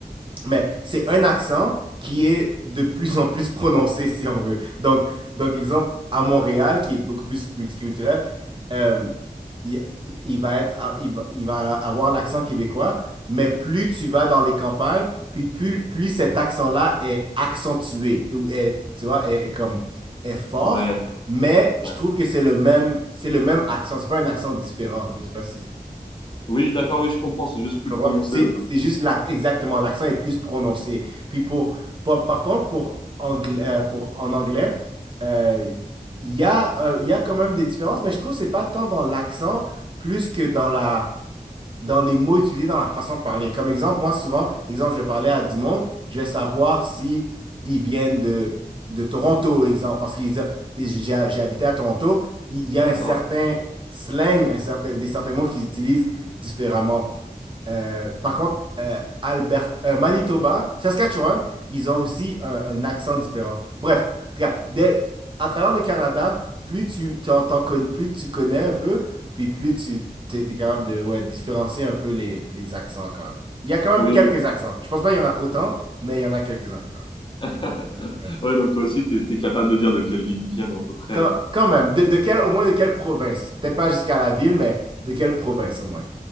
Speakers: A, on the right; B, on the left.
A: Mais c'est un accent qui est de plus en plus prononcé, si on veut. Donc, donc exemple, à Montréal, qui est beaucoup plus multiculturel, euh, il, il va être, ah, il va, il va avoir l'accent québécois, mais plus tu vas dans les campagnes, puis plus, plus cet accent-là est accentué, ou est, tu vois, est, est comme, est fort,
B: Ouais,
A: mais je
B: ouais.
A: trouve que c'est le même, c'est le même accent, c'est pas un accent différent. Je sais pas si
B: Oui, d'accord, oui, je comprends, c'est juste plus
A: comprends?
B: prononcé.
A: C'est
B: ouais.
A: c'est juste l'ac- exactement, l'accent est plus prononcé. Puis pour, par par contre, pour angla- euh, pour, en anglais, euh, il y a, euh, il y a quand même des différences, mais je trouve que c'est pas tant dans l'accent plus que dans la, dans les mots utilisés, dans la façon de parler. Comme exemple, moi souvent, exemple, je vais parler à du monde, je vais savoir si ils viennent de, de Toronto, exemple, parce qu'ils disent, j'ai j'ai habité à Toronto, il y a
B: D'accord.
A: un certain slang, un certain, des certains mots qu'ils utilisent différemment. Euh, par contre, euh, Albert, euh, Manitoba, Saskatchewan, ils ont aussi un, un accent différent. Bref, regarde, dès- à travers le Canada, plus tu t'en, t'en con- plus tu connais un peu, puis plus tu t'es, t'es capable de ouais, différencier un peu les, les accents quand même. Il y a quand même
B: Oui,
A: quelques
B: toi...
A: accents. Je pense pas qu'il y en a autant, mais il y en a quelques-uns quand même.
B: <laughs>
A: Ouais.
B: ouais, donc toi aussi, t'es, t'es capable de dire de quelle ville ils viennent à peu près.
A: Quand, quand même, de, de quelle, au moins de quelle province? Peut-être pas jusqu'à la ville, mais de quelle province au moins?